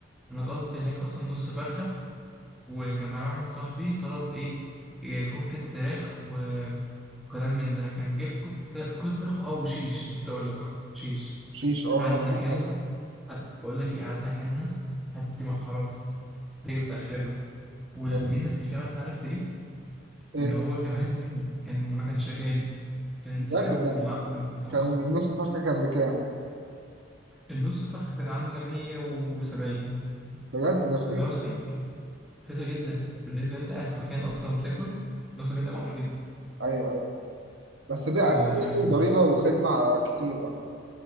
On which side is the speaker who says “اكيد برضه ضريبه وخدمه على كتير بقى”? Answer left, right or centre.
Right